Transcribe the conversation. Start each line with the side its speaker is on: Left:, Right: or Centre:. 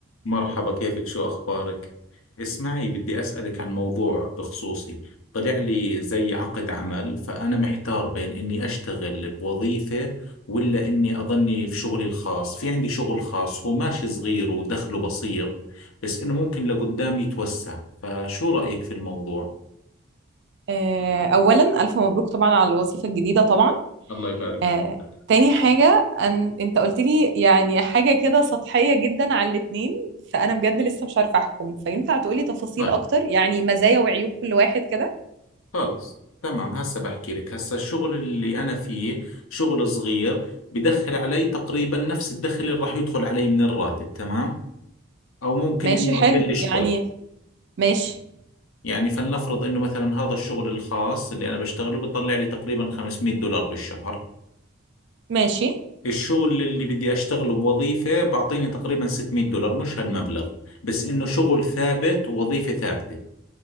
Left: مرحبا كيفك شو أخبارك؟ اسمعي بدي أسألك عن موضوع بخصوصي طلع لي زي عقد عمل فأنا محتار بين إني أشتغل بوظيفة ولا إني أظني في شغلي الخاص في عندي شغل خاص هو ماشي صغير ودخله بسيط بس إنه ممكن لقدام يتوسع فشو رأيك في الموضوع؟
Right: آه، اولا الف مبروك طبعا على الوظيفه الجديده طبعا
Left: الله يبارك
Right: آه،
Left: فيك
Right: تاني حاجه أن... انت قلت لي يعني حاجه كده سطحيه جدا على الاتنين فانا بجد لسه مش عارفه احكم فينفع تقولي تفاصيل
Left: طيب
Right: اكتر يعني مزايا وعيوب كل واحد كده
Left: خلص تمام هسه بحكي لك هسه الشغل اللي أنا فيه شغل صغير بدخل علي تقريبا نفس الدخل اللي راح يدخل علي من الراتب تمام أو ممكن
Right: ماشي
Left: إنه
Right: حلو
Left: أقل
Right: يعني
Left: شوي
Right: ماشي
Left: يعني فلنفرض إنه مثلا هذا الشغل الخاص اللي أنا بشتغله بطلع لي تقريبا 500 دولار بالشهر
Right: ماشي
Left: الشغل اللي بدي أشتغله بوظيفة بعطيني تقريبا 600 دولار مش هالمبلغ بس إنه شغل ثابت ووظيفة ثابتة